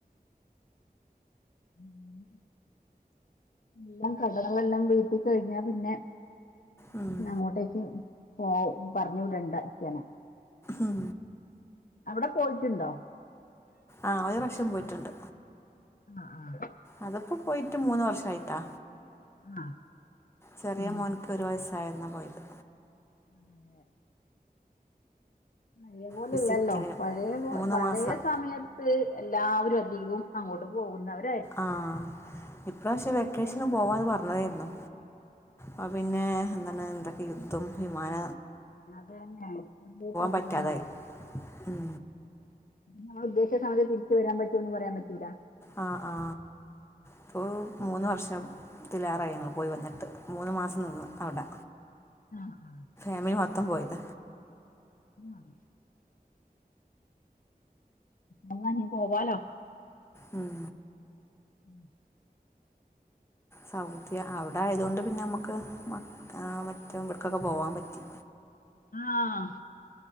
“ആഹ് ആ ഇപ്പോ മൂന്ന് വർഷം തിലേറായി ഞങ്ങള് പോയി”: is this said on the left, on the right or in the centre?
Left